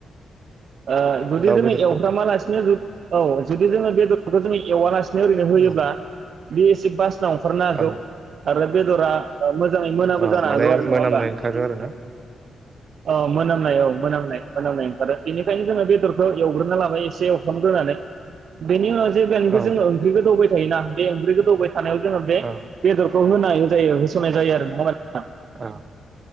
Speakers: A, on the right (about 70°); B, on the right (about 50°).
A: ओ जुदिजोङो
B: दाउ बेदरखौ
A: एवफ्रामालासिनो जुद औ जुदि जोङो बेदरखौ जोंङो एवालासे नों ओरैनो होयोब्ला
B: औ
A: बिए सि फास ओंखारनो हागौ
B: औ
A: आरो बेदरा ओ मोजाङै मोनाबो
B: औ
A: जानो
B: माने
A: हागौ आरो नङा
B: मोनामनाय
A: होमबा
B: ओंखारो आरोना
A: औ मोनामनाय औ मोनामनाय मोनामनाय ओंखारो बेनिखायनो जोंङो बेदरखो एवग्रोना लाबाय एसे एवफ्रामग्रोनानै बेनि उनाव
B: औ
A: <unintelligible> जोङो ओंख्रिखौ गोदौ होयो थायोना बे ओंख्रिखौ गोदौवबाय थानायाव जोङो बे
B: औ
A: बदर खौ होनाय जायो होसोनाय जायो आरो नङा <unintelligible>
B: औ